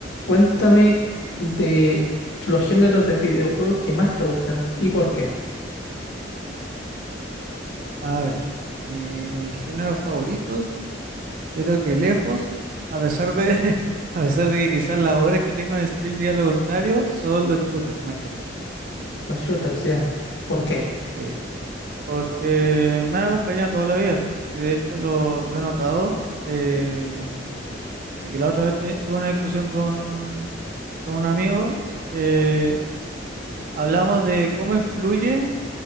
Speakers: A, on the left; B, on the right.
A: Cuéntame de los géneros de videojuegos que más te gustan y por qué.
B: A ver, mis géneros favoritos, creo que lejos, a pesar de, <laughs> a pesar de que quizás las horas que tengo en Steam digan lo contrario, son los shooters, más que nada.
A: Los shooters, ya. ¿Por qué?
B: Sí, porque me han acompañado toda la vida y de hecho lo, lo he notado. Eh, de que la otra vez te- tuve una discusión con, con un amigo, eh, ha- hablamos de cómo influye